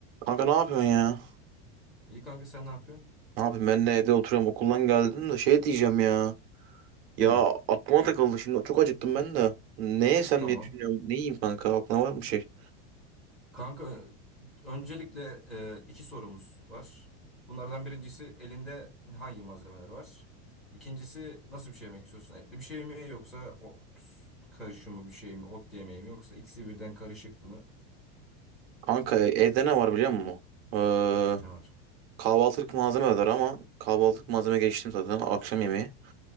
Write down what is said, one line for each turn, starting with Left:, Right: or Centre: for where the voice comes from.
Right: Kanka ne yapıyorsun ya?
Centre: İyi kanka sen ne yapıyorsun?
Right: Ne yapayım ben de evde oturuyorum okuldan geldim de şey diyeceğim ya. Ya
Centre: Ney?
Right: aklıma takıldı şimdi çok acıktım ben de. Ne yesem
Centre: Tamam.
Right: diye düşünüyorum. Ne yiyeyim kanka aklına var mı şey?
Centre: Kanka öncelikle e, iki sorumuz var. Bunlardan birincisi elinde hangi malzemeler var? İkincisi nasıl bir şey yemek istiyorsun? Etli bir şey mi yoksa ot karışımı bir şey mi? Ot yemeği mi yoksa ikisi birden karışık mı?
Right: Kanka e- evde ne var biliyor musun? Ee,
Centre: Ne var?
Right: kahvaltılık malzeme var ama kahvaltılık malzeme geçtim zaten akşam yemeği.